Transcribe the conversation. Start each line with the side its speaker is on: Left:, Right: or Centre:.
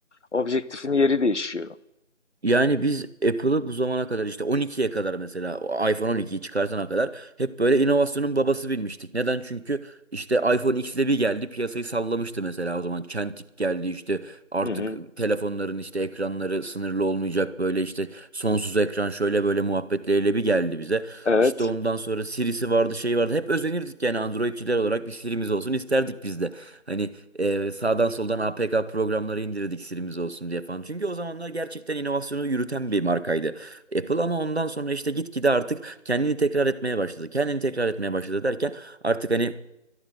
Left: objektifin yeri değişiyor.
Right: Yani biz Apple'ı bu zamana kadar işte 12'ye kadar mesela o iPhone 12'yi çıkartana kadar hep böyle inovasyonun babası bilmiştik. Neden? Çünkü işte iPhone X'de bir geldi piyasayı sallamıştı mesela o zaman. Çentik geldi işte artık
Left: Hı hı.
Right: telefonların işte ekranları sınırlı olmayacak böyle işte sonsuz ekran şöyle böyle muhabbetleriyle bir geldi bize.
Left: Evet,
Right: İşte ondan sonra Siri'si vardı şey vardı hep özenirdik yani Androidçiler olarak bir Siri'miz olsun isterdik biz de. Hani ee, sağdan soldan APK programları indirdik silimiz olsun diye falan. Çünkü o zamanlar gerçekten inovasyonu yürüten bir markaydı. Apple ama ondan sonra işte gitgide artık kendini tekrar etmeye başladı. Kendini tekrar etmeye başladı derken artık hani